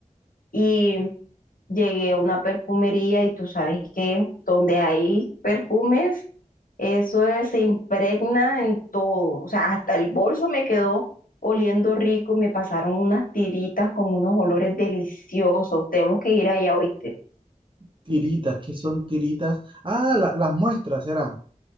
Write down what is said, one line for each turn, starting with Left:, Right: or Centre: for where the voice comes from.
Left: y llegué a una perfumería y tú sabes que donde hay perfumes, eso es- se impregna en todo. O sea, hasta el bolso me quedó oliendo rico, y me pasaron unas tiritas con unos olores deliciosos. Tenemos que ir allá, hoy
Right: Tiritas, ¿qué son tiritas? Ah, la- las muestras, ¿será?